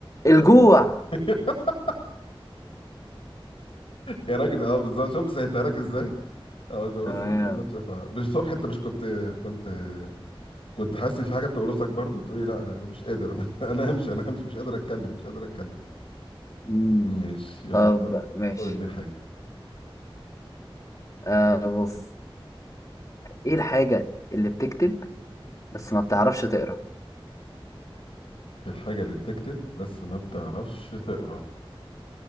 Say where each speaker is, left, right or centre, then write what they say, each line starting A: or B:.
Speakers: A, on the left (about 35°); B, on the left (about 70°).
A: الجوع
B: <laughs> يا راجل اه بالظبط شفت سهلتها لك ازاي اه بتقرصك
A: تمام
B: من غير ما تشوفها مش الصبح انت مش كنت كنت كنت حاسس في حاجه بتقرصك برضو تقولي لا انا مش قادر انا <laughs> انا همشي انا همشي مش قادر اتكلم مش قادر اتكلم
A: مم.
B: ماشي يلا
A: طب
B: قول
A: ماشي
B: قول لي حاجه
A: آه بص إيه الحاجة اللي بتكتب بس ما بتعرفش تقرأ
B: الحاجه اللي بتكتب بس ما بتعرفش تقرا